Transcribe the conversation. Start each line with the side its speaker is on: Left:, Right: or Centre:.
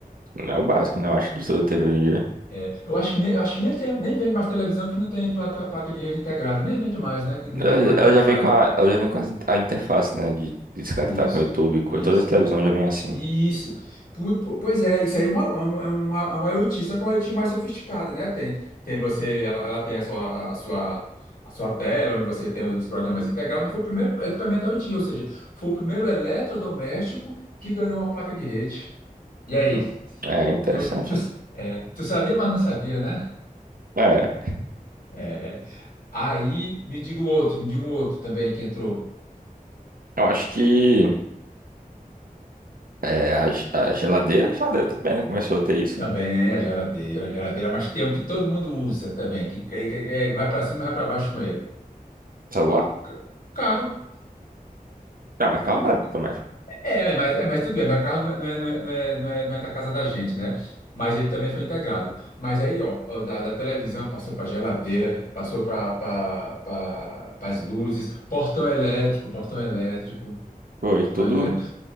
Right: é, é o básico, né? Eu acho de toda TV hoje em dia.
Left: É, eu acho que nem, eu acho que nem, tem- nem vende mais televisão que não tem placa, placa de rede integrada. Nem vende mais, né? Que não
Right: Ela
Left: tem placa
Right: ela
Left: Wi-Fi.
Right: já vem com a, ela já vem com as in- a interface, né? De de se conectar
Left: Isso,
Right: com o YouTube, com
Left: isso.
Right: todas as televisões já vem assim.
Left: Isso. Pu- pu- Pois é, isso aí é uma, uma, é uma, é uma IoT, só que é uma IoT mais sofisticada, né? Tem, tem você, ela, ela tem a sua, a sua, a sua tela, onde você tem os programas integrados, mas foi o primeiro equipamento IoT, ou seja, foi o primeiro eletrodoméstico que ganhou uma placa de rede. E aí?
Right: Hum, É interessante.
Left: Tu, tu, é, tu sabia, mas não sabia, né?
Right: É,
Left: É. Aí me diga um outro, me diga um outro também que entrou.
Right: eu acho que é, a, ge- a geladeira, a geladeira também, né? Começou a ter isso.
Left: Também a geladeira, a geladeira, mas tem um que todo mundo usa também, que, que, que- que vai para cima e vai para baixo com ele.
Right: Celular?
Left: Ca- Carro.
Right: Ah, mas calma,
Left: O-
Right: também.
Left: É, é, mas, é, mas tudo bem, mas carro não é, não é, não é, não é, não é- não é da casa da gente, né? Mas ele também foi integrado. Mas aí, ó, ó, da, da televisão passou para geladeira, passou para pra, pra, as luzes, portão elétrico, portão elétrico,
Right: Foi
Left: portão
Right: tudo.
Left: elétrico.